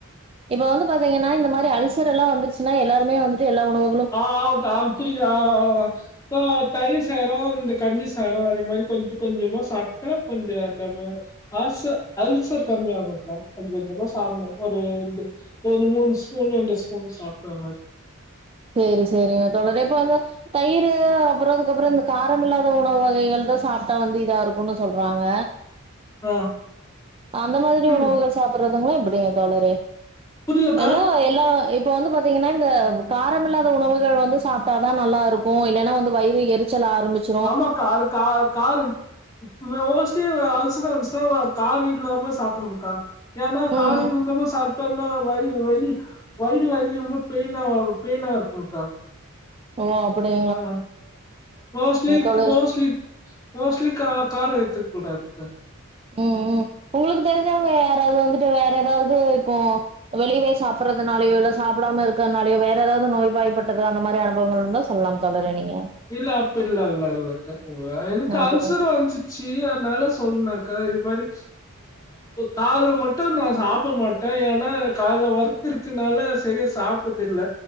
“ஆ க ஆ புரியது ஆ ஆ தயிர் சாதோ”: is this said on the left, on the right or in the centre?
Left